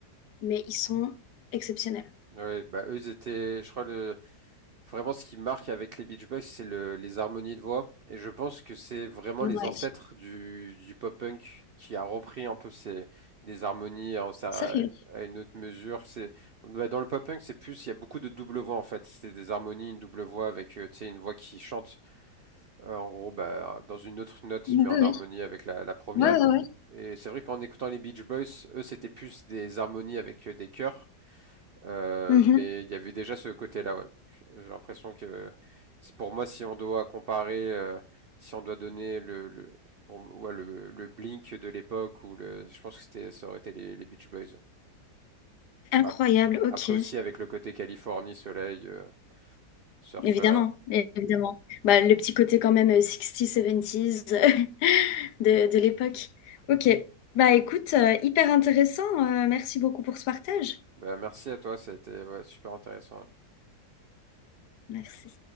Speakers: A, on the left; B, on the right.
A: mais ils sont exceptionnels.
B: Oui, bah eux ils étaient, je crois le Vraiment, ce qui marque avec les Beach Boys, c'est le- les harmonies de voix. Et je pense que c'est vraiment
A: Ouais,
B: les ancêtres du, du pop-punk qui a repris un peu ces, des harmonies en, ça,
A: sérieux.
B: à une autre mesure. C'est, bah, dans le pop-punk, c'est plus, il y a beaucoup de double voix en fait. C'est des harmonies, une double voix avec, euh, tu sais, une voix qui chante, euh, en gros, bah, dans une autre note,
A: Oui,
B: mais en
A: oui.
B: harmonie avec la, la première.
A: Ouais, ouais,
B: Et c'est vrai qu'en écoutant les Beach Boys, eux, c'était plus des harmonies avec euh, des chœurs. Euh,
A: ouais.
B: mais il y avait déjà ce côté-là, ouais. J'ai l'impression que c'est pour moi, si on doit comparer, euh, si on doit donner le, le, pour, ouais, le, le Blink de l'époque, ou le, je pense que c'était, ça aurait été les, les Beach Boys.
A: Incroyable,
B: Bah, après
A: OK.
B: aussi, avec le côté Californie, soleil, euh, surfeur.
A: Évidemment, évidemment. Bah, le petit côté quand même, heu, 60s, <laughs> de de l'époque. OK. Bah, écoute, heu, hyper intéressant, heu, merci beaucoup pour ce partage.
B: Bah, merci à toi, ça a été ouais, super intéressant.
A: Merci.